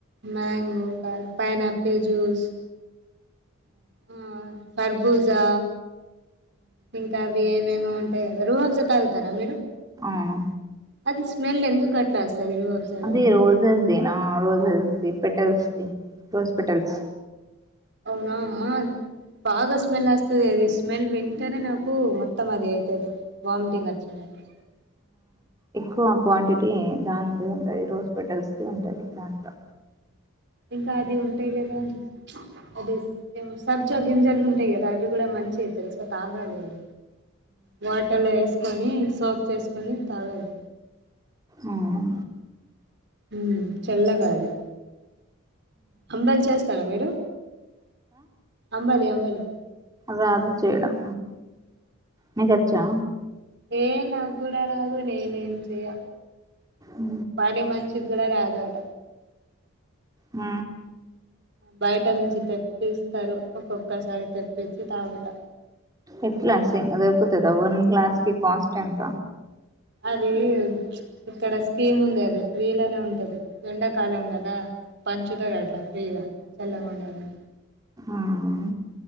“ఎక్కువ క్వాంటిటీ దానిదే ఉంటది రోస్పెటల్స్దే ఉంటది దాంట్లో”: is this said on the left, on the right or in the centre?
Right